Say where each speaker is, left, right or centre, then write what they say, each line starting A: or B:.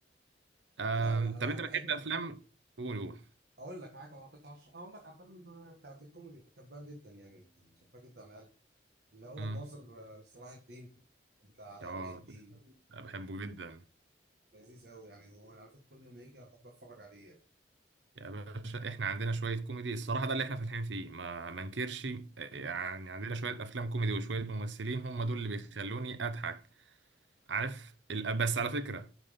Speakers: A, on the right (about 85°); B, on the right (about 60°).
A: آم،
B: لا أنا أنا
A: طب انت
B: أنا بحب
A: بتحب افلام قول قول
B: أقول لك معاك أنا كنت هرش- أقول لك على الأفلام بتاعت الكوميدي بحبها جدا يعني بحبها جدا على الأقل اللي هو
A: مم.
B: الناظر آه، صلاح الدين بتاع علاء
A: اه
B: ولي الدين
A: أنا بحبه جدا
B: لذيذ أوي يعني هو أنا على فكرة كل ما يجي أحب أتفرج عليه يعني.
A: يا باشا احنا عندنا شوية كوميدي الصراحة ده اللي احنا فالحين فيه ما ما انكرش يعني
B: <laughs>
A: عندنا شوية افلام كوميدي وشوية ممثلين هم دول اللي بيخلوني اضحك عارف ال- بس على فكرة